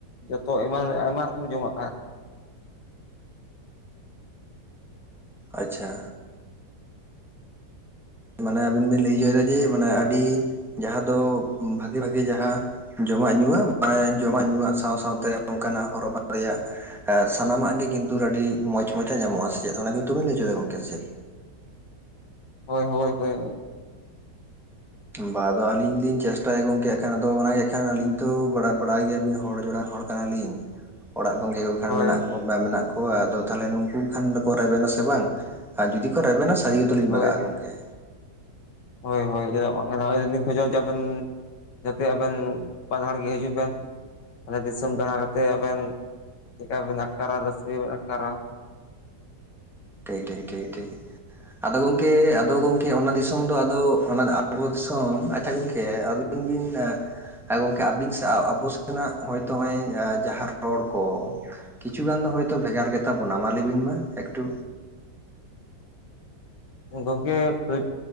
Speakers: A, on the left; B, in the centre.
A: ᱡᱚᱛᱚ ᱮᱢᱟᱱ ᱟᱭᱢᱟ ᱨᱚᱠᱚᱢ ᱡᱚᱢᱟᱜ ᱛᱟᱦᱮᱱ
B: ᱟᱪᱪᱷᱟ ᱢᱟᱱᱮ ᱟᱵᱤᱱ ᱵᱤᱱ ᱞᱟᱹᱭ ᱪᱚᱭᱮᱫᱟ ᱡᱮ ᱢᱟᱱᱮ ᱟᱹᱰᱤ ᱡᱟᱦᱟᱸ ᱫᱚ ᱵᱷᱟᱜᱤ ᱵᱷᱟᱜᱤ ᱡᱟᱦᱟᱸ ᱡᱚᱢᱟᱜ ᱧᱩᱣᱟᱜ ᱡᱚᱢᱟᱜ ᱧᱩᱣᱟᱜ ᱥᱟᱶ ᱥᱟᱶᱛᱮ ᱚᱱᱠᱟᱱᱟᱜ ᱦᱚᱨᱚᱜ ᱵᱟᱸᱫᱮ ᱭᱟᱜ ᱮᱜ ᱥᱟᱱᱟᱢᱟᱜ ᱜᱮ ᱠᱤᱱᱛᱩ ᱟᱹᱰᱤ ᱢᱚᱸᱡᱽ ᱢᱚᱡᱟᱜ ᱧᱟᱢᱚᱜᱼᱟ ᱥᱮ ᱪᱮᱫ ᱚᱱᱟ ᱜᱮᱛᱚ ᱵᱤᱱ ᱞᱟᱹᱭ ᱪᱳᱭᱫᱟ ᱜᱚᱝᱠᱮ ᱥᱮ ᱪᱮᱫ?
A: ᱦᱳᱭ ᱦᱳᱭ ᱦᱳᱭ
B: ᱵᱟ ᱟᱫᱚ ᱟᱹᱞᱤᱧ ᱞᱤᱧ ᱪᱮᱥᱴᱟᱭᱟ ᱜᱚᱝᱠᱮ ᱮᱠᱷᱟᱱ ᱟᱫᱚ ᱚᱱᱟᱜᱮ ᱮᱜ ᱠᱷᱟᱱ ᱟᱞᱤᱧ ᱛᱚ ᱵᱟ ᱵᱟᱲᱟᱭ ᱜᱮᱭᱟᱵᱤᱱ ᱦᱚᱲ ᱡᱚᱲᱟ ᱦᱚᱲ ᱛᱟ ᱞᱤᱧ ᱚᱲᱟᱜ ᱜᱚᱝᱠᱮ ᱠᱚ ᱠᱷᱟᱱ
A: ᱦᱳᱭ
B: ᱢᱮᱱᱟᱜ ᱠᱚ ᱢᱮᱱᱟᱜ ᱠᱚᱣᱟ ᱟᱫᱚ ᱛᱟᱦᱚᱞᱮ ᱱᱩᱠᱩ ᱠᱷᱟᱱ ᱫᱚᱠᱚ ᱨᱮᱵᱮᱱᱟ ᱥᱮ ᱵᱟᱝ ᱟᱨ ᱡᱩᱫᱤ ᱠᱚ ᱨᱮᱵᱮᱱᱟ ᱥᱟᱹᱨᱤ ᱩᱛᱟᱹᱨᱞᱤᱧ
A: ᱦᱳᱭ
B: ᱵᱟᱜᱟᱜᱼᱟ ᱜᱚᱝᱠᱮ᱾
A: ᱦᱳᱭ ᱦᱳᱭ ᱪᱮᱫᱟᱜ ᱵᱟᱝ ᱟᱹᱞᱤᱧ ᱞᱤᱧ ᱠᱷᱚᱡᱚᱜᱼᱟ ᱡᱮ ᱟᱵᱮᱱ ᱡᱟᱛᱮ ᱟᱵᱮᱱ ᱵᱟᱱᱟ ᱦᱚᱲ ᱜᱮ ᱦᱤᱡᱩᱜ ᱵᱮᱱ ᱟᱞᱮ ᱫᱤᱥᱚᱢ ᱫᱟᱲᱟ ᱠᱟᱛᱮ ᱟᱵᱮᱱ ᱪᱮᱫᱠᱟ ᱵᱮᱱ ᱟᱴᱠᱟᱨᱟ ᱨᱟᱹᱥᱠᱟᱹ ᱜᱮ ᱵᱮᱱ ᱟᱴᱠᱟᱨᱟ
B: ᱴᱷᱤᱠ ᱴᱷᱤᱠ ᱴᱷᱤᱠ ᱴᱷᱤᱠ ᱟᱫᱚ ᱜᱚᱝᱠᱮ ᱟᱫᱚ ᱜᱚᱝᱠᱮ ᱚᱱᱟ ᱫᱤᱥᱚᱢ ᱫᱚ ᱟᱫᱚ ᱚᱱᱟ ᱫᱚ ᱟᱵᱚ ᱫᱤᱥᱚᱢ ᱟᱪᱪᱷᱟ ᱜᱚᱝᱠᱮ ᱟᱹᱵᱤᱱ ᱮ ᱦᱮᱸ ᱜᱚᱝᱠᱮ ᱟᱹᱵᱤᱱ ᱥᱟᱣ ᱟᱵᱚ ᱥᱮᱱᱟᱜ ᱦᱚᱭᱛᱚ ᱱᱚᱜᱼᱚᱭ ᱡᱟᱦᱟᱸ ᱨᱚᱲ ᱠᱚ ᱠᱤᱪᱷᱩ ᱜᱟᱱ ᱫᱚ ᱦᱚᱭᱛᱚ ᱵᱷᱮᱜᱟᱨ ᱜᱮᱛᱟ ᱵᱚᱱᱟ ᱢᱟ ᱞᱟᱹᱭ ᱵᱤᱱ ᱢᱟ ᱮᱠᱴᱩ?
A: ᱜᱚᱝᱠᱮ ᱠᱟᱹᱡ